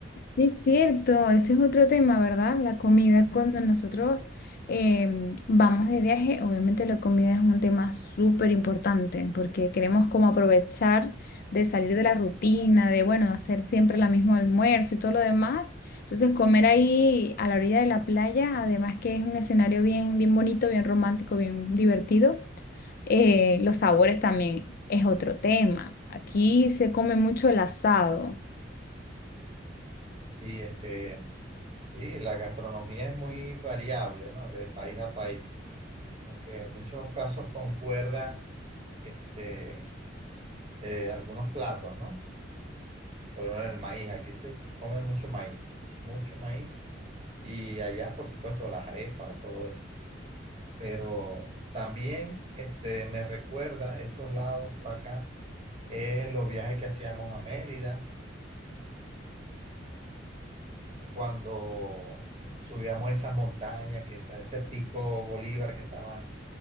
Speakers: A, on the left; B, on the right.
A: Es cierto, ese es otro tema, ¿verdad? La comida, cuando nosotros em, vamos de viaje, obviamente la comida es un tema súper importante porque queremos como aprovechar de salir de la rutina, de, bueno, hacer siempre la mismo almuerzo y todo lo demás. Entonces, comer ahí a la orilla de la playa, además que es un escenario bien, bien bonito, bien romántico, bien divertido. Eh, los sabores también es otro tema. Aquí se come mucho el asado.
B: Sí, este, sí, la gastronomía es muy variable, ¿no? De país a país. Aunque en muchos casos concuerda, este, eh, algunos platos, ¿no? Por lo menos el maíz, aquí se come mucho maíz, mucho maíz. Y allá, por supuesto, las arepas, todo eso. Pero también este, me recuerda estos lados por acá, eh, los viajes que hacíamos a Mérida, cuando subíamos esa montaña que está, ese pico Bolívar que estaba